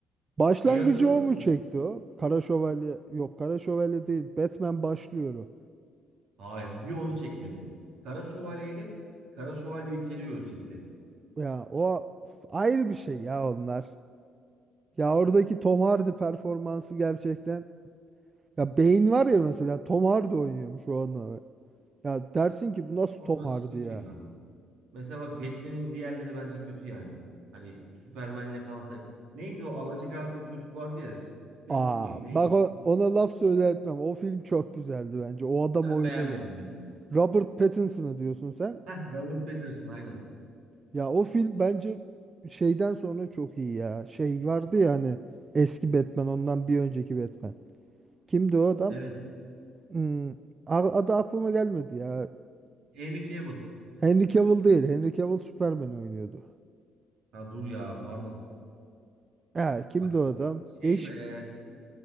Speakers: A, on the right (about 35°); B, on the right (about 70°).
A: Başlangıcı
B: Şeyi hatırlar
A: o
B: mısın?
A: mu çekti o? Kara Şövalye yok Kara Şövalye değil. Batman başlıyor o.
B: Hayır. Bir onu çekmedi. Kara Şövalye ile Kara Şövalye yükseliyor çekti.
A: Ya o ayrı bir şey ya onlar. Ya oradaki Tom Hardy performansı gerçekten ya beyin var ya mesela Tom Hardy oynuyormuş o an. Ya dersin ki bu nasıl
B: Onları
A: Tom Hardy
B: kötü
A: ya?
B: yani. Mesela bak Batman'in diğerleri bence kötü yani. Hani Superman'le falan. da- Neydi o alacakaranlık çocuk vardı ya. S- Stephen
A: Aa
B: mıydı neydi?
A: bak o- ona laf söyle etmem. O film çok güzeldi bence. O adam
B: Ben
A: oynadı.
B: beğenmedim yani.
A: Robert Pattinson'a diyorsun sen.
B: Heh, Robert Pattinson aynen.
A: Ya o film bence şeyden sonra çok iyi ya. Şey vardı ya hani eski Batman ondan bir önceki Batman. Kimdi o adam?
B: Evet.
A: Hmm, a- adı aklıma gelmedi ya.
B: Henry Cavill.
A: Henry Cavill değil. Henry Cavill Superman oynuyordu.
B: Ha dur ya pardon.
A: Ha, kimdi
B: Bak
A: o adam?
B: şey
A: Değişik.
B: be.